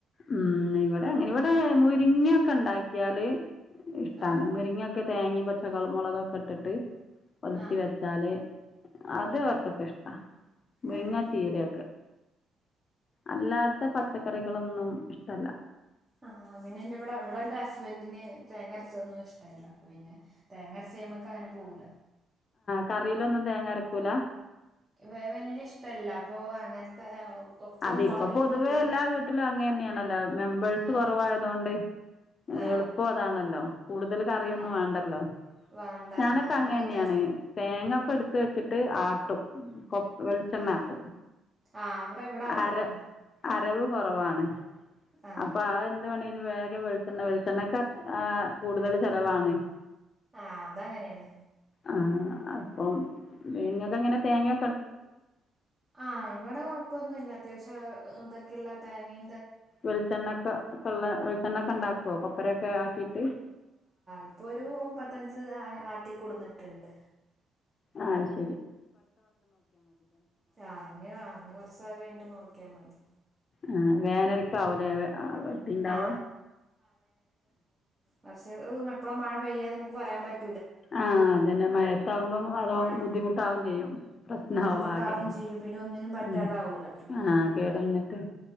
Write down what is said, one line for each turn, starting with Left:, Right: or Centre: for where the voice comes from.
Left: ഉം ഇവിടെ അങ്ങനെ ഇവിടെ മുരിങ്ങക്കെ ഉണ്ടാക്കിയാല് ഇഷ്ട്ടാണ്
Right: ആ
Left: മുരിങ്ങ ക്കെ തേങ്ങേ പച്ചകളമുളകൊക്കെ ഇട്ടിട്ട് ഒലത്തി
Right: ആ
Left: വെച്ചാല് അത് അവർക്കൊക്കെ ഇഷ്ട്ടാ. മുരിങ്ങ
Right: ആ
Left: ചീരയൊക്കെ. അല്ലാത്ത പച്ചക്കറികളൊന്നും ഇഷ്ട്ടല്ല.
Right: ആഹ് പിന്നെ ഇന്റെ ഇവ്ടെ ഇവ്ടെന്റെ ഹസ്ബന്റിന് തേങ്ങ അരച്ചതൊന്നും ഇഷ്ട്ടാല്ല അപ്പ പിന്നെ തേങ്ങരച്ചയിമക്ക് അങ്ങനെ പോവൂല
Left: കറയിലൊന്നും തേങ്ങ അരക്കൂല
Right: വെ വെല്യ ഇഷ്ട്ടല്ല അപ്പൊ അങ്ങനത്തെ ഒക്കെ
Left: അത്
Right: മുളക്
Left: ഇപ്പൊ പൊതുവേ
Right: ഇട്ടിട്ടുള്ള
Left: എല്ലാ വീട്ടിലും അങ്ങന്നെയാണല്ലോ മെമ്പേഴ്സ്
Right: ആ
Left: കൊറവായതൊണ്ട്
Right: ആ
Left: എളുപ്പം അതാണല്ലോ കൂടുതൽ കറിയൊന്നും
Right: ആ
Left: വെണ്ടല്ലോ
Right: വേണ്ട
Left: ഞാനൊക്കെ
Right: ആ അപ്പോൾ
Left: അങ്ങെന്നെയാണ്
Right: തേ
Left: തേങ്ങ ക്കേ എടുത്ത് വെച്ചിട്ട് ആട്ടും. കൊ വെളിച്ചണ്ണ
Right: ആ
Left: ആക്കും.
Right: ആ അവിടെ ഇവിടെ ആട്ടും
Left: അര
Right: ആ
Left: അരവ് കൊറവാണ്.
Right: ആ
Left: അപ്പൊ അ എന്ത് വേണെ വേഗം വെളിച്ചണ്ണ വെളിച്ചണ്ണക്കെ കൂടുതല് ചെലവാണെ
Right: ആഹ് അത് അങ്ങനെയാണ്
Left: ആ അപ്പം നിങ്ങക്ക് എങ്ങനെ തേങ്ങ
Right: ആഹ് ഇവ്ടെ കൊഴപ്പൊന്നുല്ല അത്യാവശ്യ ഇതൊക്കെള്ള തേങ്ങേ
Left: വെളിച്ചണ്ണക്കെ കൊള്ള വെളിച്ചണ്ണ ഒക്കെ ഉണ്ടാക്കുവോ കൊപ്രൊക്കെ ആക്കിട്ട്
Right: ഇപ്പൊ ഒരു പത്തഞ്ച് ആട്ടിക്കോട്ന്നിട്ട്ണ്ട്
Left: ആ ശെ
Right: ആ ഇനിവ ഇനി നാൾ കഴിഞ്ഞിട്ട് നോക്കിയാ മതി
Left: ആ വേനൽക്കാവ് ലേ വെട്ടിണ്ടാവ
Right: ആ പറച്ച് അത എപ്പോഴ മഴ പെയ്യാന്ന് നമുക്ക് പറയാൻ പറ്റ്
Left: ആ അതന്നെ മയത്താവുമ്പോം അതോ
Right: മഴ
Left: ബുദ്ധിമുട്ടാവവേം ചെയ്യും. പ്രശ്ന
Right: ബുദ്ധിമുട്ടാവും
Left: ആവ ആകെ
Right: പിന്നെ ഒന്നിനും പറ്റാതാവൂല
Left: ഉം
Right: പിന്നെ
Left: ആഹ് കേടന്നിട്ട്